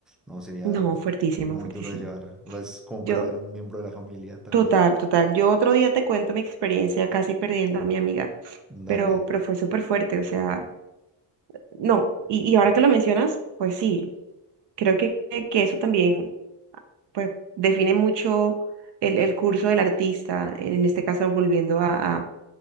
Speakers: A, in the centre; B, on the right.
A: no, sería
B: No, fuertísimo,
A: muy
B: fuertísimo.
A: duro de llevar, o sea, es como
B: Yo,
A: perder un miembro de la familia también.
B: Total, total. Yo otro día te cuento mi experiencia casi perdiendo a mi amiga,
A: Dale.
B: pero, pero fue súper fuerte, o sea, no,
A: Sí,
B: y, y ahora que lo mencionas, pues sí, creo que, que eso también pues, define mucho el, el curso del artista, en este caso volviendo a, a,